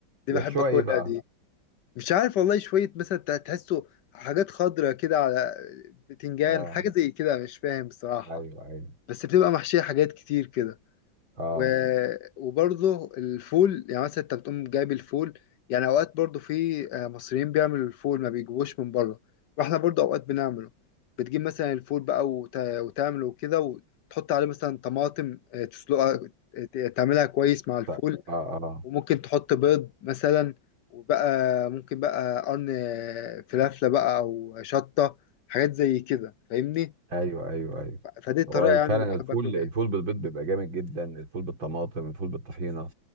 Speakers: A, on the left; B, on the right.
A: دي
B: بيحشوها
A: بحب اكلها
B: ايه بقى
A: دي مش عارف والله شويه مثلا تحسه حاجات خضرة كده على بتنجان
B: اه
A: حاجه زي كده مش فاهم بصراحه
B: ايوه ايوه
A: بس بتبقى محشية حاجات كتير كده
B: اه
A: و... وبرضه الفول يعني مثلا انت بتقوم جايب الفول يعني اوقات برضه في آه، مصريين بيعملوا الفول ما بيجيبوش من بره واحنا برضه اوقات بنعمله بتجيب مثلا الفول بقى وت... وتعمله كده وتحط عليه مثلا طماطم آه، تسلقها ت- تعملها كويس مع الفول
B: ف... اه اه
A: وممكن تحط بيض مثلا وبقى ممكن بقى قرن آه، فلافلة بقى او شطة حاجات زي كده فاهمني
B: ايوه ايوه ايوه
A: فدي الطريقة
B: هو
A: يعني
B: فعلا
A: اللي بحب
B: الفول
A: اكله بيها
B: الفول بالبيض بيبقى جامد جدا الفول بالطماطم الفول بالطحينه